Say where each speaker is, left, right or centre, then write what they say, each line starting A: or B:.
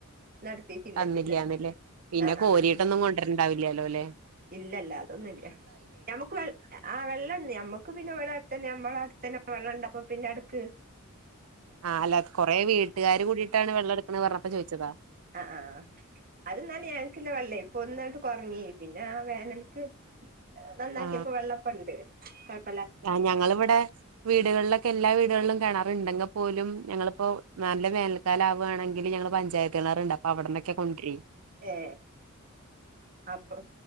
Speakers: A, on the right; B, on the right.
A: നടത്തീട്ടില്ല,
B: തന്നില്ലാന്നില്ലേ
A: പിന്നെ
B: പിന്നെ,
A: ആ
B: കോരിട്ടൊന്നും,
A: ആ
B: കൊണ്ടരണ്ടാവില്ലല്ലോ, ല്ലെ
A: ഇല്ലല്ല, അതൊന്നുല്ല, ഞമ്മക്ക്, വേ, ആ, വെള്ളണ്ട്, ഞമ്മക്ക് പിന്നെ, ഇവിടെ അടുത്തന്നെ, നമ്മള, അടുത്തന്നെ വെള്ളണ്ടപ്പ, പിന്നെടക്ക്
B: ആഹ്, അല്ലാ, കൊറെ, വീട്ട്കാര്, കൂടിയിട്ടാണ്, വെള്ളടക്കണേന്ന് പ റഞ്ഞപ്പോ, ചോയ്ച്ചതാ
A: ആ്, ആ, അത്, ന്നാല്, ഞങ്ങക്കില്ല, വെള്ളേ, പ്പൊന്നങ്ങട്ട്, കൊറഞ്ഞിനിം ഞ്ഞ, വേനൽക്ക്, നന്നാക്കിയപ്പോ,
B: ആ
A: വെള്ളപ്പ ണ്ട് കൊയപ്പല്ല
B: ആ, ഞങ്ങളിവടെ, വീടുകളിലൊക്കെ, എല്ലാ വീടുകളിലും, കെണാറുണ്ടെങ്ക പോലും, ഞങ്ങളിപ്പോ, നല്ല, വേനൽക്കാലാവാണെങ്കില്, ഞങ്ങള്, പഞ്ചായത്ത് കിണറ്ണ്ട്, അപ്പൊ, അവിടെന്നൊക്കെ, കൊണ്ടരേ
A: ഏ അപ്പൊ,